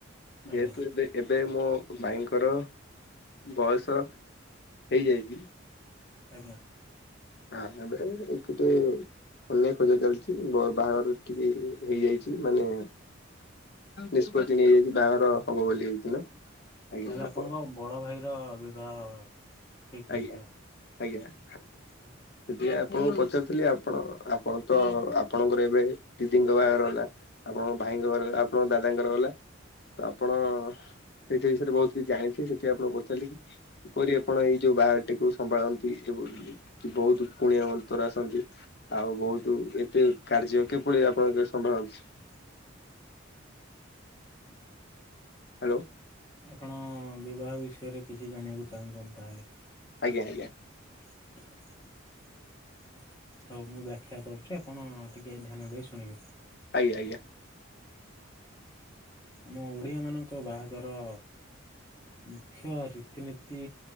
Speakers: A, on the left; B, on the left.
A: ଯେହେତୁ
B: ଆଜ୍ଞା
A: ଏବେ। ଏବେ ମୋ ମାଇଙ୍କର ବୟସ ହେଇଯାଇଚି।
B: ଆଜ୍ଞା।
A: ଆ ଏବେ। <unintelligible> କନିଆ ଖୋଜା ଚାଲିଚି, ବ ବାହାଘର ଟିକେ ଇ ହେଇଯାଇଛି ମାନେ ନିଷ୍ପତ୍ତି ନେଇଯାଇଚି ବାହାଘର ହବ ବୋଲି। ହେଇଥିଲା
B: ତାହେଲେ,
A: ଆଜ୍ଞା
B: ଆପଣଙ୍କ
A: ଆପଣ
B: ବଡ ଭାଇ ର ବିବାହ? ଠିକ ହେଇଥିଲା
A: ଆଜ୍ଞା, ଆଜ୍ଞା <unintelligible>
B: ଆଜ୍ଞା।
A: ସେଥିପାଇଁ ଆପଣଙ୍କୁ ପଚାରୁଥିଲି ଆପଣ ଆପଣ ତ ଆପଣଙ୍କର ଏବେ ଦିଦିଙ୍କ ବାହାଘର ହେଲା? ଆପଣଙ୍କ ଭାଇଙ୍କ ଘରେ ଆପଣଙ୍କ ଦାଦାଙ୍କର ହେଲା? ତ ଆପଣ ସେଇ ଜିନିଷ ବିଷୟରେ ବହୁତ କିଛି ଜାଣିଥିବେ, ସେଇଥିପାଇଁ ଆପଣଙ୍କୁ ପଚାରିଲି କିପରି ଆପଣ ଏଇ ଯୋଉ, ବାହାଘରଟିକୁ ସମ୍ଭାଳନ୍ତି, ଏବଂ ବହୁତ କୁଣିଆ ମନ୍ତର ଆସନ୍ତି। ଆଉ ବହୁତ ଏତେ କାର୍ଯ୍ୟ କିଭଳି ଆପଣ ଏତେ ସମ୍ଭାଳନ୍ତି?
B: <inaudible>
A: ହାଲୋ।
B: ଆପଣ, ବିବାହ ବିଷୟରେ କିଛି ଜାଣିବାକୁ ଚାହୁଁଚନ୍ତି? ତାହଲେ
A: ଆଜ୍ଞା, ଆଜ୍ଞା।
B: <inaudible> ହଉ ମୁଁ ବାଖ୍ୟା କରୁଚି, ଆପଣ ଟିକେ ଧ୍ୟାନ ଦେଇ ଶୁଣିବେ।
A: ଆଜ୍ଞା, ଆଜ୍ଞା।
B: ଆମ ଓଡିଆ ମାନଙ୍କ ବାହାଘର ମୁଖ୍ୟ, ରୀତିନୀତି